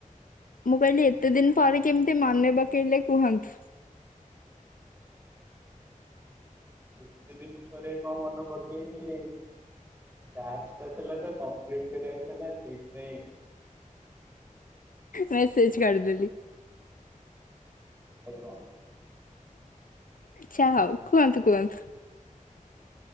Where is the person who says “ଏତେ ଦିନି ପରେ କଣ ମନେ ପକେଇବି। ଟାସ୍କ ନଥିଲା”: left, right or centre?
Right